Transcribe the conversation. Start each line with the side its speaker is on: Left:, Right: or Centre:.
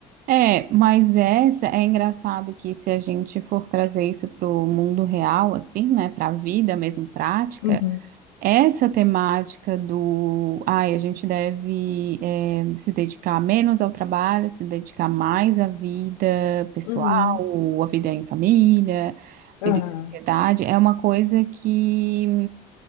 Right: É, mas essa é engraçado que se a gente for trazer isso para o mundo real, assim, né? Para a vida mesmo prática.
Left: Uhum,
Right: Essa temática do, ai, a gente deve eh, se dedicar menos ao trabalho, se dedicar mais à vida pessoal,
Left: uhum.
Right: à vida em família, à
Left: Aham.
Right: vida em sociedade, é uma coisa que